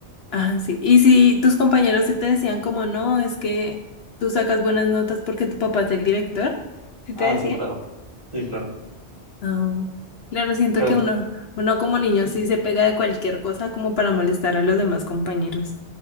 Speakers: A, on the left (about 65°); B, on the right (about 25°).
A: Ah, sí. Y si tus compañeros sí te decían como no, es que tú sacas buenas notas porque tu papá es el director, ¿sí te
B: Ah,
A: decían?
B: sí, claro, sí, claro,
A: No, Claro, siento
B: pero
A: que uno, uno como niño sí se pega de cualquier cosa como para molestar a los demás compañeros.